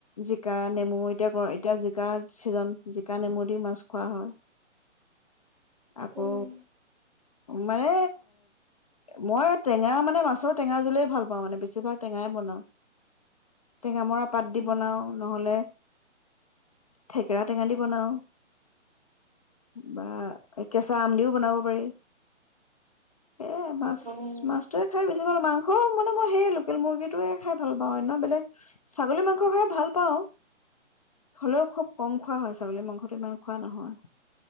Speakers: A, on the left; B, on the right.
A: জিকা নেমু এতিয়া এতিয়া জিকা ছিজন জিকা নেমু দি মাছ খোৱা হয় আকৌ
B: উম,
A: মানে মই টেঙা মানে মাছৰ টেঙা জুলে ভাল পাওঁ মানে বেছিভাগ টেঙাই বনাওঁ টেঙা মৰা পাত দি
B: উম,
A: বনাওঁ নহ'লে থেকেৰা টেঙা দি বনাওঁ বা এ কেঁচা আম দিওঁ বনাব পা পাৰি এ মাছ
B: অ',
A: মাছটোয়ে খাই বেছি মাংস মানে মই সেই লোকেল মুৰ্গীটোৱে খাই ভাল পাওঁ অন্য বেলেগ ছাগলী মাংস খাই ভাল পাওঁ হ'লেও খুব কম খোৱা হয় ছাগলী মাংসটো ইমান খোৱা নহয়